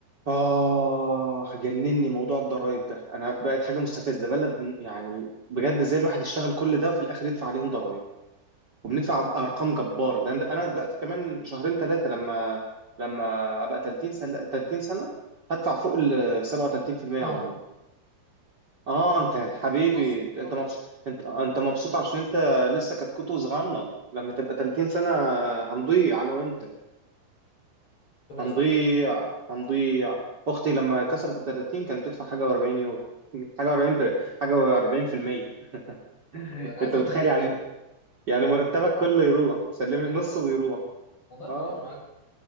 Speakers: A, on the right; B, on the left.
A: آه جنني موضوع الضرايب ده أنا بقت حاجة مستفزة بلد م- يعني بجد إزاي الواحد يشتغل كل ده وفي الآخر يدفع عليهم ضرايب وبندفع بأرقام جبار ده ده أنا دلوقتي كمان شهرين ثلاثة لما لما أبقى 30 سنة 30 سنة هدفع فوق ال 37%
B: طبعا
A: يا عمور آه أنت حبيبي
B: قصدي
A: أنت
B: صح
A: أنت مبسوط أنت أنت مبسوط عشان أنت لسه كتكوت صغنن لما تبقى 30 سنة هنضيع أنا وأنت
B: ربنا
A: هنضيع
B: يستر
A: هنضيع اختي لما كسرت ال 30 كانت بتدفع حاجه و40 يورو حاجه و40 حاجه و40% <laughs>
B: هو انا عايزها
A: انت متخيل
B: منفوطه
A: يعني يعني مرتبك كله يروح سلم
B: للبلد
A: لي نصه ويروح
B: والله
A: اه
B: حرام يا معلم